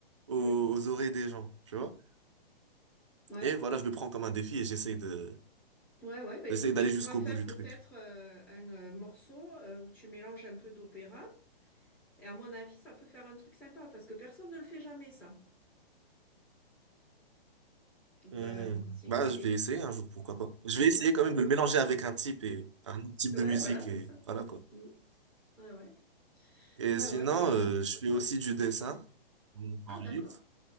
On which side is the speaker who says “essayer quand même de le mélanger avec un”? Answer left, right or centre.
Right